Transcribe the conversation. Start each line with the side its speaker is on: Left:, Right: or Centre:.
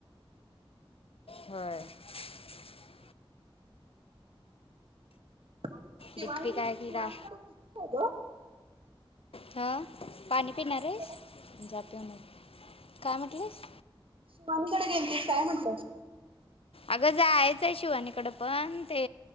Left: होा <unintelligible>
Right: शिवानी
Left: दिप्पी काय
Right: शिवानीकडे
Left: किडा
Right: गेलतीस काय ग
Left: हा पाणी पिणार
Right: शिवानीकडे
Left: आहेस जा पिऊण ये जा काय म्हटलीस
Right: शिवानीकडे गेल तस काय म्हंटलं
Left: अगं जायाचय शिवानिकड पण ते